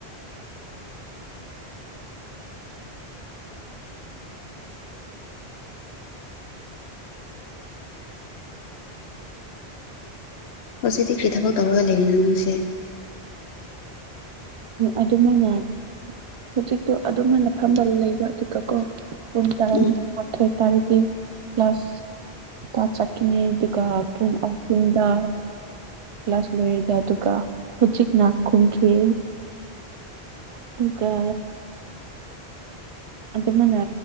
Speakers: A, on the left; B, on the right.
A: ꯍꯧꯖꯤꯛꯇꯤ ꯀ꯭ꯔꯤ ꯊꯕꯛ ꯇꯧꯔꯒ ꯂꯩꯔꯤꯅꯣ ꯅꯪꯁꯦ
B: ꯑꯗꯨꯃꯥꯏꯅ ꯍꯧꯖꯤꯛꯇꯣ ꯑꯗꯨꯃꯥꯏꯅ ꯐꯝꯕ ꯂꯩꯕ ꯑꯗꯨꯒꯀꯣ ꯄꯨꯡ ꯇꯔꯥ
A: ꯎꯝ
B: ꯃꯥꯊꯣꯏ ꯇꯥꯔꯗꯤ ꯀ꯭ꯂꯥꯁ ꯇ ꯆꯠꯈꯤꯅꯦ ꯑꯗꯨꯒ ꯄꯨꯡ ꯑꯍꯨꯝꯗ ꯀ꯭ꯂꯥꯁ ꯂꯣꯏꯔꯗ ꯑꯗꯨꯒ ꯍꯧꯖꯤꯛꯅ ꯀꯨꯝꯀꯤꯦ ꯀꯥ ꯑꯗꯨꯃꯥꯏꯅ